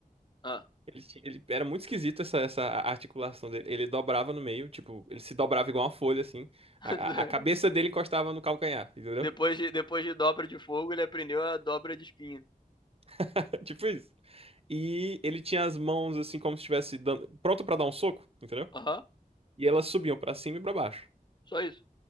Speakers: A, on the left; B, on the right.
A: Ah.
B: Ele, ti- ele- era muito esquisito essa, essa articulação dele. Ele dobrava no meio, tipo, ele se dobrava igual uma folha, assim.
A: <laughs>
B: A, a a cabeça dele encostava no calcanhar, entendeu?
A: Depois de, depois de dobra de fogo, ele aprendeu a dobra de espinha.
B: <laughs> Tipo isso. E ele tinha as mãos assim como se estivesse dando- pronto pra dar um soco, entendeu?
A: Aham,
B: E elas subiam pra cima e pra baixo.
A: só isso.